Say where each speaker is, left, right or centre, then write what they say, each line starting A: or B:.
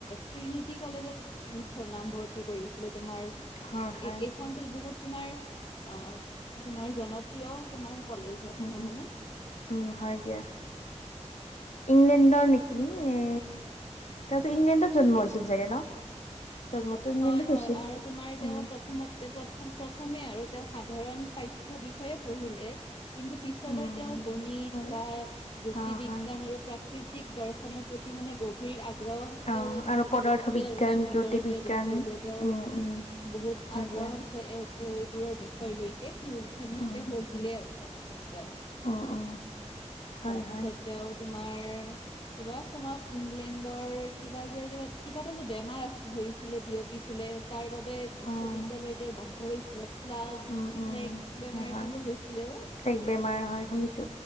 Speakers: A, on the left; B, on the left.
A: ট্ৰিনিটি কলেজত। নাম ভৰ্তি কৰিছিলে তোমাৰ
B: হয় হয়
A: এইখনতো বহুত তোমাৰ। অ', তোমাৰ জনপ্ৰিয় তোমাৰ। কলেজ হয়
B: উম,
A: জানানে?
B: উম, উম হয় দিয়া। ইংলেণ্ডৰ নেকি এ তেওঁতো ইংলেণ্ডত জন্ম হৈছিল। চাগে ন জন্মটো ইংলেণ্ডত
A: হয়,
B: হৈছিল
A: হয় আৰু তোমাৰ এতিয়া
B: উম
A: প্ৰথমতে প্ৰথমে আৰু তেওঁ সাধাৰণ পাথঠ্যৰ বিষয়ে পঢ়িলে। কিন্তু পিছলৈ
B: উম
A: তেওঁ গণিত
B: হয়
A: বা জ্যোতি
B: অ
A: বিজ্ঞান
B: হয়
A: আৰু প্ৰাকৃতি দৰ্শনৰ প্ৰতি মানে গভীৰ আগ্ৰহ
B: অ
A: তেওঁৰ
B: আৰু পদাৰ্থ
A: দেখিলে
B: বিজ্ঞান
A: আৰু তেওঁ নিজৰতে
B: জ্যোতি বিজ্ঞান
A: দেখিলে যে তেওঁৰ
B: উম উম
A: বহুত
B: হয়
A: আগ্ৰহ
B: দিয়া
A: আছে এ এইবোৰ বিষয় লৈকে সেনোকে
B: উম
A: পঢ়িলে আৰু তাৰপিছত। তেওঁ
B: উম উম হয়,
A: তাৰপিছত
B: হয়।
A: তেওঁ তোমাৰ কিবা চনত ইংলেণ্ডৰ কিবা যে কিবা কিবা এটা যে বেমাৰ আছিল হৈছিলে বিয়পিছিলে তাৰ বাবে বিশ্ববিদ্য়ালয়
B: অ',
A: তেওঁৰ বন্ধ হৈছিলে। ফ্লাগ
B: উম, উম,
A: ফ্লেগ বেমাৰ
B: হয়, হয়।
A: এটা হৈছিলেও।
B: এক বেমাৰ হয়, শুনিছো